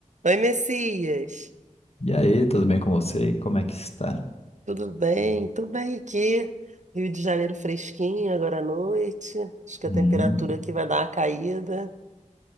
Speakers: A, on the right; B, on the left.
A: Oi, Messias.
B: E aí, tudo bem com você? Como é que está?
A: Tudo bem? Tô bem aqui. Rio de Janeiro fresquinho agora à noite. Acho que
B: Hum,
A: a temperatura aqui vai dar uma caída.